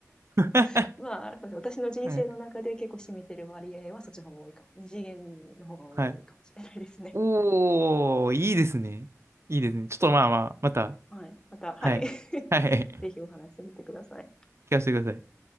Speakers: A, on the right; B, on the left.
A: <laughs>
B: <laughs> まあ、そうですね。私の人生の中で結構占めてる割合はそっちの方が多いかも。
A: はい。
B: 二次元の方が多いかもしれないですね。
A: はい。おー、いいですね。いいですね。
B: はい。
A: ちょっとまあまあ、
B: で、
A: また、
B: はい。また、
A: はい。
B: はい。<laughs>
A: はい。
B: ぜひお話しさせてください。
A: 聞かせてください。